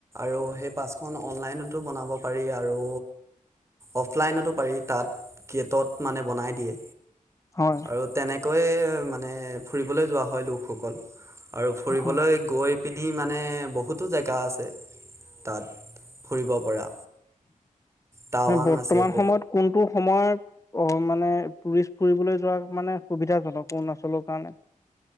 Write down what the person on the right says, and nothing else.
আৰু সেই পাচখন অনলাইনতো বনাব পাৰি আৰু অফলাইনতো পাৰি তাত গেটত মানে বনাই দিয়ে।
আৰু তেনে কৈ মানে ফুৰিবলৈ যোৱা হয় লোকসকল। আৰু ফুৰিবলৈ
গৈ পিনি মানে বহুতো জেগা আছে তাত। ফুৰিব পৰা টাৱাং
আছে